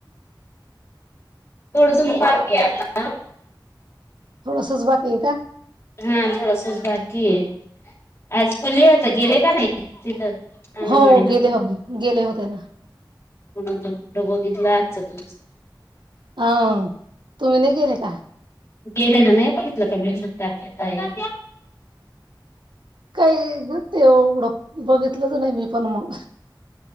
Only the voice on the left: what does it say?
थोडसं बाकी आहे अजून.
हा थोडसच बाकी की आज खुली होता गेले का नाही तिथं. अंगणवाडी
कोणा त फोटो बघितला आच तुमच.
गेले ना नाही बघितलं काीा